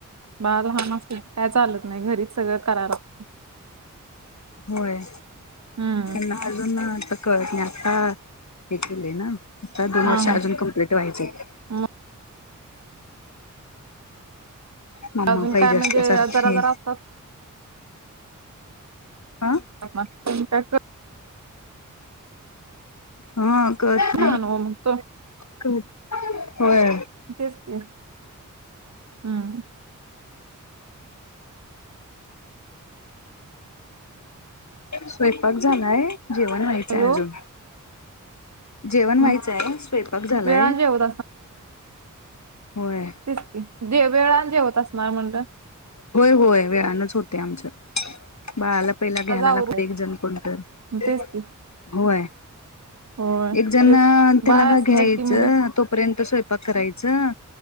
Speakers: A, on the right (about 55°); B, on the left (about 60°).
A: बाळं लहान असतं कायं चालतं नाहीं घरीचं सगळं करायला लाग
B: होय.
A: हम्मं
B: नहांजून--नं कळतं नाहीं आता हे केलेय नां आता दोन
A: हा
B: वर्षं
A: हा
B: अजूंन कंप्लीट व्हायचे आहेतं.
A: मग
B: मम्मा
A: अजूंन
B: पाहिजे
A: कायं
B: असल्या
A: म्हणजे
B: सारखे
A: जरां जरां असतांत
B: ह
A: पांच मिनटांत करं
B: हां करं
A: लहान हो म्हणतो
B: करं होय.
A: तेचं की हम्मं
B: स्वंयपांक झालायं जेवणं व्हायचंय
A: हॅलो
B: अजूंन? जेवणं
A: हम्म
B: व्हायचंय आहे स्वंयपांक झालायं?
A: वेळान जेवत
B: होय
A: तेचं की दे वेळानं जेवतं असणारं म्हणलं?
B: होयं होयं वेळानचं होतंय आमचं. बाळांला पहिला घ्यायलां
A: आज आवरायचं
B: लागतं एक जणं कोणं तरं.
A: तेच की होय
B: एक जणं
A: तेच
B: त्यांला
A: बाळ असलं
B: घ्यायचं
A: की मग
B: तोपर्यंत स्वयंपाक करायचं?